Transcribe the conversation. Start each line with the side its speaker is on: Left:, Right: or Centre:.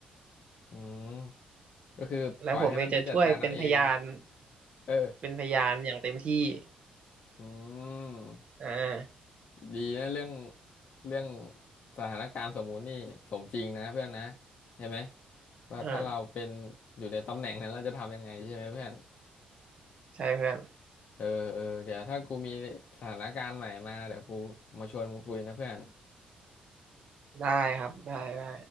Left: อืมก็คือปล่อยให้มันไปจัดการเอาเอง
Right: และผมเนี่ยจะช่วยเป็นพยาน
Left: เออ
Right: เป็นพยานอย่างเต็มที่
Left: อืม
Right: อ่า
Left: ดีนะเรื่องเรื่องสถานการณ์สมมุตินี่สมจริงนะเพื่อนนะเห็นไหมว่าถ้าเราเป็นอยู่ในตำแหน่งนั้นเราจะทำยังไงใช่ไหมเพื่อน
Right: อ่าใช่เพื่อน
Left: เออเออเดี๋ยวถ้ากูมีสถานการณ์ใหม่มาเดี๋ยวกูมาชวนมึงคุยนะเพื่อน
Right: ได้ครับได้ได้